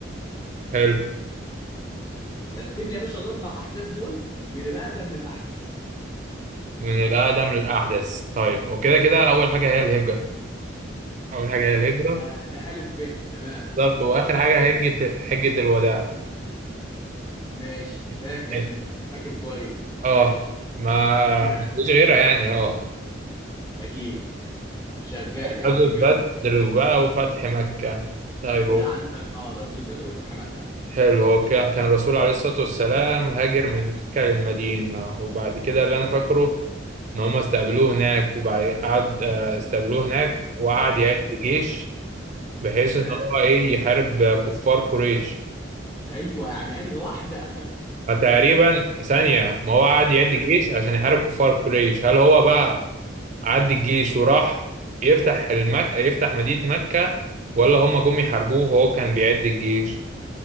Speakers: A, on the right (about 40°); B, on the left (about 20°).
A: حلو
B: رتب لي يا باشا الاربع احداث دول من الاقدم للاحدث
A: من الأقدم للأحدث طيب وكده كده أول حاجة هي الهجرة أول حاجة هي
B: ده
A: الهجرة
B: ده الف ب تمام
A: بالظبط وآخر حاجة هجة حجة الوداع
B: ماشي فاكر
A: ماشي.
B: انت فاكر كويس
A: اه
B: ماشي
A: ما
B: تمام
A: مفيش غيرها يعني اه
B: اكيد شغال يا
A: غزوة
B: عم كمل
A: بدر وبقى وفتح مكة طيب
B: كده
A: هو
B: عندك اه غزوه بدر وفتح مكه
A: حلو هو كا- كان الرسول عليه الصلاة والسلام هاجر من
B: عليه
A: مكة
B: الصلاه
A: للمدينة
B: والسلام
A: وبعد كده اللي أنا فاكره إن هم استقبلوه هناك وبعد قعد آه، استقبلوه هناك وقعد
B: ماشي
A: يعد جيش بحيث
B: تمام
A: إن هو إيه يحارب كفار قريش
B: ايوه يعني انهي واحده
A: فتقريبا ثانية ما هو قعد يعد
B: <laughs>
A: جيش عشان يحارب كفار قريش هل هو بقى عد الجيش وراح يفتح المك... يفتح مدينة مكة ولا هم جم يحاربوه فهو كان بيعد الجيش